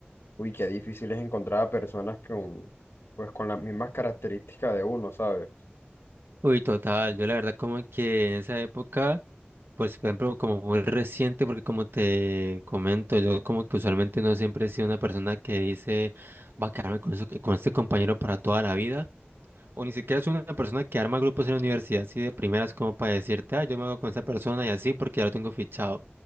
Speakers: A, on the left; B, on the right.
A: Uy, qué difícil es encontrar a personas con, pues, con las mismas características de uno, ¿sabes?
B: uy, total. Yo la verdad como que en esa época, pues por ejemplo, como muy reciente, porque como te comento, yo como que usualmente no siempre he sido una persona que dice, va a quedarme con, eso- con este compañero para toda la vida. O ni siquiera es una persona que arma grupos en la universidad, así de primeras como para decirte, ah, yo me hago con esa persona y así porque ya lo tengo fichado.